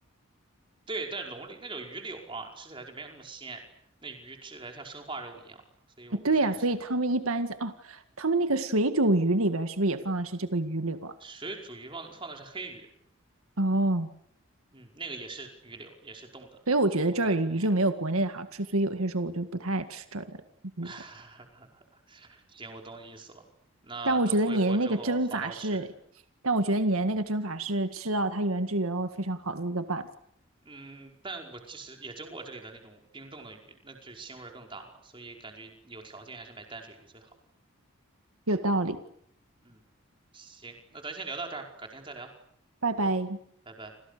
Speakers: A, on the right; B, on the right.
A: 对，但是龙利那种鱼柳嘛，吃起来就没有那么鲜，那鱼吃起来像生化肉一样，所以我不是很喜欢。
B: 呃对呀，所以他们一般像哦，他们那个水煮鱼里边儿是不是也放的是这个鱼柳啊？
A: 水煮鱼放的放的是黑鱼，
B: 哦，
A: 嗯，那个也是鱼柳，也是冻的，
B: 所以我觉得这儿鱼就没有国内的好吃，
A: 口感也就那样。
B: 所以有些时候我就不太爱吃这儿的鱼了。
A: <laughs> 行，我懂你意思了。那等回国之后好好吃。
B: 但我觉得你的那个蒸法是，但我觉得你的那个蒸法是吃到它原汁原味非常好的一个办法，
A: 嗯，但我其实也蒸过这里的那种冰冻的鱼，那就腥味儿更大了，所以感觉有条件还是买淡水鱼最好。
B: 有道理。
A: 嗯，行，那咱先聊到这儿，改天再聊，
B: 拜拜。
A: 拜拜。